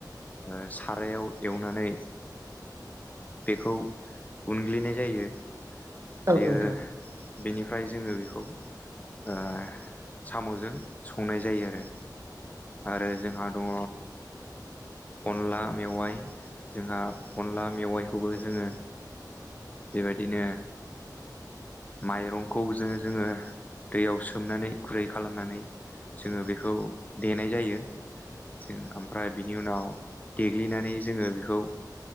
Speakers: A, on the left; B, on the right.
A: ओ सारायाव एवनानै बेखौ उनग्लिनाय जायो
B: नोंथां औ
A: बेयो
B: नोंथां
A: बेनिफ्राय जोङो बेखौ ओ साम'जों संनाय जायो आरो आरो जोंहा दङ अनला मेवाइ जोंहा अनला मेवाइ खौबो जोङो बेबायदिनो माइरंखौ जों जोङो दैयाव सोमनानै गुरै खालामनानै जोङो बेखौ देनाय जायो जों आमफ्राय बिनि उनाव देग्लिनानै जोङो बेखौ